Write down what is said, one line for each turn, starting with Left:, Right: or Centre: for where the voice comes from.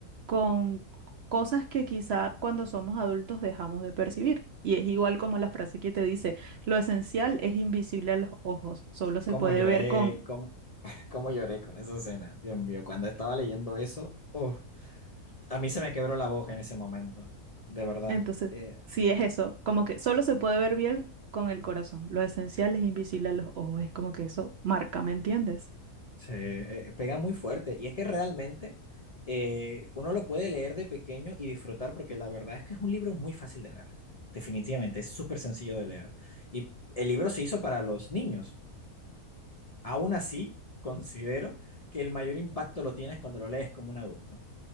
Right: con cosas que quizá cuando somos adultos dejamos de percibir. Y es igual como la frase que te dice, lo esencial es invisible a los ojos, solo se
Left: Cómo
Right: puede
Left: lloré,
Right: ver con...
Left: cómo, <laughs> cómo lloré con esa escena. Dios mío, cuando estaba leyendo eso, uf, a mí se me quebró la voz en ese momento, de verdad.
Right: Entonces,
Left: Eh,
Right: sí es eso, como que solo se puede ver bien con el corazón, lo esencial es invisible a los ojos, es como que eso marca, ¿me entiendes?
Left: se eh, pega muy fuerte. Y es que realmente eh, uno lo puede leer de pequeño y disfrutar porque la verdad es que es un libro muy fácil de leer. Definitivamente, es súper sencillo de leer. Y el libro se hizo para los niños. Aún así, considero que el mayor impacto lo tienes cuando lo lees como un adulto.